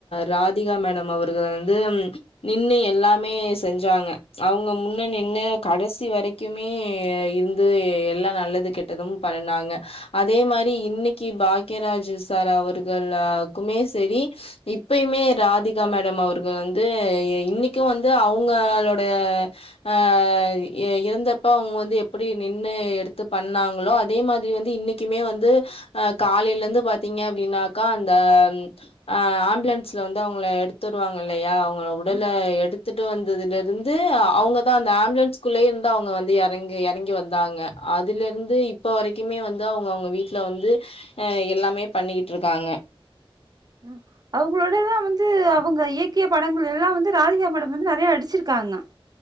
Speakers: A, on the left (about 85°); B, on the right (about 40°).
A: ராதிகா மேடம் அவர்கள் வந்து நின்னு எல்லாமே செஞ்சாங்க அவ்ங்க முன்ன நின்னு கடைசி வரைக்குமே இருந்து எல்லா நல்லது கெட்டதும் நின்னாங்க அதே மாரி இன்னிக்கி பாக்யராஜ் சார் அவர்களாக்குமே செரி இப்பய்மே ராதிகா மேடம் அவர்கள் வந்து இன்னிக்கு வந்து அவுங்களோட அ இ இறந்தப்ப அவ்ங்க வந்து எப்டி நின்னு எடுத்து பண்ணாங்களோ அ அதே மாதிரி வந்து இன்னைக்குமே வந்து அ காலையில இருந்து பாத்தீங்க அப்படின்னாக்கா அந்த ம் அ ஆம்புலன்ஸில வந்து அவங்கள எடுத்து வருவாங்க இல்லையா அவங்கள உடல
B: ம்
A: எடுத்துட் டு வந்ததுல இருந்து அவங்கதா அந்த ஆம்புலன்குள்ளே இருந்து அவங்க வந்து இறங்கி இறங்கி வந்தாங்க அதுலருந்து இப் இப்போ வரைக்குமே வந்து அவங்க அவங்க வீட்ல வந்து அ எல்லாமே பண்ணிக்கிட்டு இருக்காங்க
B: ம் அவங்களோடலா வந்து அவங்க இயக்கிய படங்கள் எல்லா வந்து ராதிகா மேடம் வந்து நெறைய நடிச்சிருக்காங்க